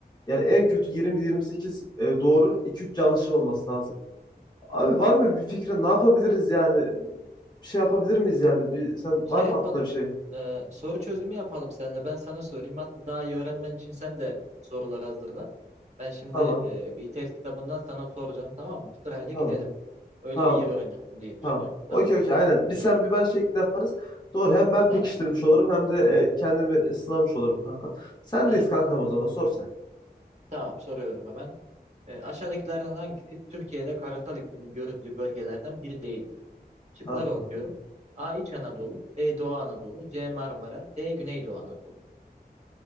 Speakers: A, on the left; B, on the right.
A: yani en kötü 20-28 e, doğru 2-3 yanlışım olması lazım. Abi
B: Hı hı.
A: var mı bir fikrin ne yapabiliriz yani? Bir şey yapabilir miyiz yani? Bir, sen
B: Şey
A: var mı
B: yapalım.
A: aklında bir şey?
B: e, soru çözümü yapalım seninle. Ben sana sorayım. Hatta daha iyi öğrenmen için sen de sorular hazırla. Ben şimdi
A: Tamam
B: e, bir test kitabından sana soracağım. Tamam mı? Sırayla
A: tamam
B: gidelim. Öyle
A: tamam.
B: iyi öğrenirsin diye
A: Tamam.
B: düşünüyorum.
A: Okey
B: Tamam.
A: okey aynen. Bir sen bir ben şeklinde yaparız. Doğru. Hem ben
B: Tamam.
A: pekiştirmiş olurum hem de e, kendimi sınamış olurum kanka. Sendeyiz
B: Evet.
A: kankam o zaman sor sen.
B: Tamam. Soruyorum hemen. E, aşağıdakilerden hangisi Türkiye'de karasal iklimin görüldüğü bölgelerden biri değildir? Şıkları
A: Tamam
B: okuyorum.
A: kanka.
B: A. İç Anadolu. B. Doğu Anadolu. C. Marmara. D. Güneydoğu Anadolu.